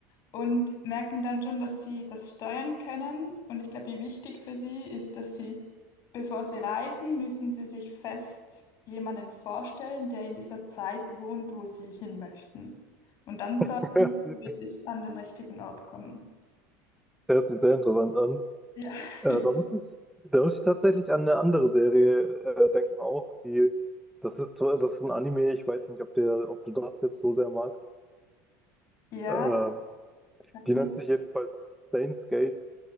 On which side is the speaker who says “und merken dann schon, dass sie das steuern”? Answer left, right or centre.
Left